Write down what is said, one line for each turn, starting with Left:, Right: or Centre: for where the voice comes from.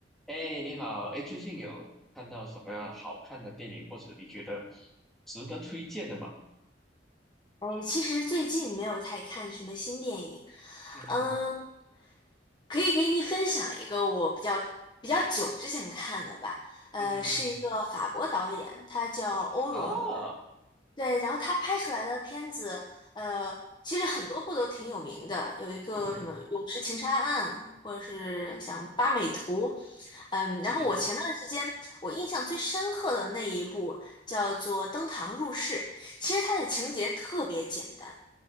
Centre: 哎，你好，哎，最近有看到什么样好看的电影，或者你觉得值得推荐的吗？
Left: 哎，其实最近没有太看什么新电影，
Centre: 嗯哼，
Left: 嗯，可以给你分享一个我比较比较久之前看的吧，呃，
Centre: 嗯哼嗯哼，
Left: 是一个法国导演，他叫欧荣。
Centre: 啊，
Left: 对，然后他拍出来的片子，呃，其实很多部都挺有名的，有一个什么《泳池情杀案》，
Centre: 嗯哼
Left: 或者是像《八美图》，嗯，然后我前段时间我印象最深刻的那一部叫做《登堂入室》，
Centre: 嗯哼，
Left: 其实它的情节特别简单，